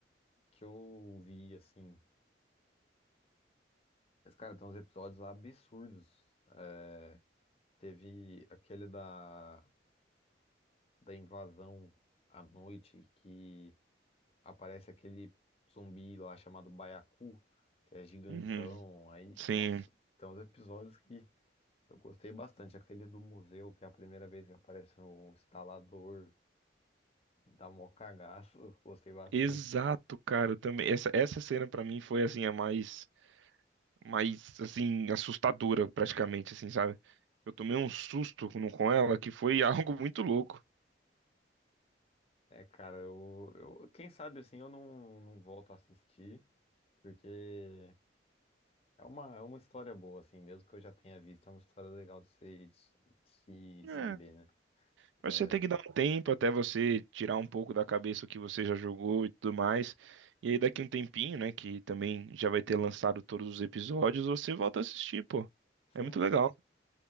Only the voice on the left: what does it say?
que eu vi, assim. Mas, cara, tem uns episódios absurdos. É, Teve aquele da. da invasão à noite que aparece aquele zumbi lá chamado Baiacu, que é gigantão.
Aí,
nossa, tem uns episódios que eu gostei bastante. Aquele do museu, que é a primeira vez que aparece um instalador, dá mó cagaço, <laughs> eu gostei bastante.
É, cara, eu, eu- quem sabe assim eu não, não volto a assistir, porque é uma, é uma história boa, assim, mesmo que eu já tenha visto, é uma história legal de se, de se
saber, né?
É,
Sim,